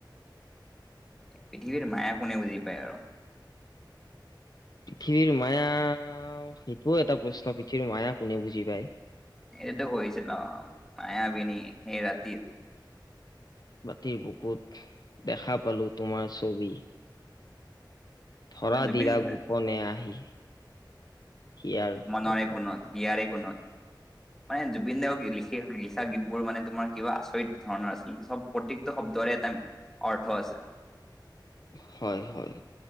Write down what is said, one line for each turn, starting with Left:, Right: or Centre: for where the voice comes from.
Centre: পৃথিৱীৰ মায়া কোনে বুজি পায় আৰু।
Left: পৃথিৱীৰ মায়া সেইটোও এটা প্ৰশ্ন পৃথিৱীৰ মায়া কোনে বুজি পায়।
Centre: সেইটো কৈছে নে মায়াবিনী এই ৰাতিৰ।
Left: ৰাতি বুকুত দেখা পালো তোমাৰ ছবি। ধৰা
Centre: জুবিন
Left: দিলা
Centre: গাৰ্গ
Left: গোপনে আহি। হিয়াৰ
Centre: মনৰে
Left: মুখত
Centre: কোনত হিয়াৰে কোনত। মানে জুবিনদা লিখি লিখা গীতবোৰ মানে তোমাৰ কিবা আচৰিত ধৰণৰ আছিল চব। প্ৰত্যেকটো শব্দৰে এটা অৰ্থ আছে।
Left: হয় হয়